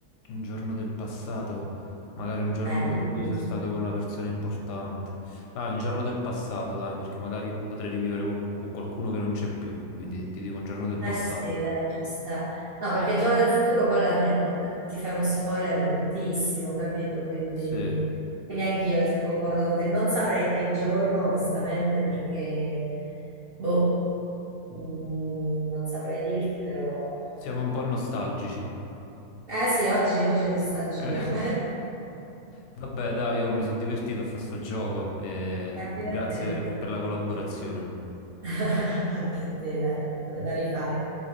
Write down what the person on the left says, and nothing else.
un giorno del passato, magari un giorno
in cui sono stato con una persona importante. Dai, un giorno del passato, dai, perché magari potrei rivivere con, con qualcuno che non c'è più, quindi ti dico un giorno del
passato.
Sì,
siamo un po' nostalgici.
Eh,
Vabbè, dai, io mi sono divertito a fare sto gioco e
grazie per la collaborazione.